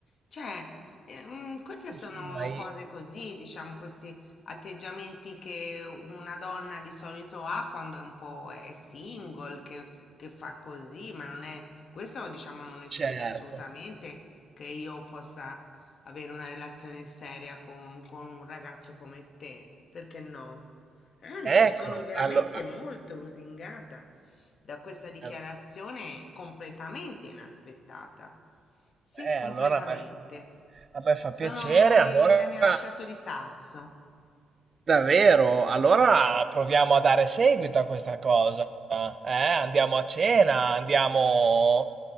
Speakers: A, on the left; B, on the right.
A: cioè, ehm, queste
B: sì,
A: sono
B: sì, ma i-
A: cose così, diciamo, questi atteggiamenti che una donna di solito ha quando è un po' è single, che, che fa così, ma non è, questo, diciamo, non esclude
B: certo.
A: assolutamente che io possa avere una relazione seria con, con un ragazzo come te, perché no? Anzi,
B: Ecco,
A: sono veramente
B: allo-
A: molto lusingata da questa dichiarazione
B: all-
A: completamente inaspettata. Sì,
B: eh,
A: completamente.
B: allora a me, fa, a me fa
A: Sono,
B: piacere, allora
A: mi, me la mi ha lasciato di sasso.
B: davvero, allora proviamo a dare seguito a questa cosa. cena, eh? Andiamo a cena, andiamo...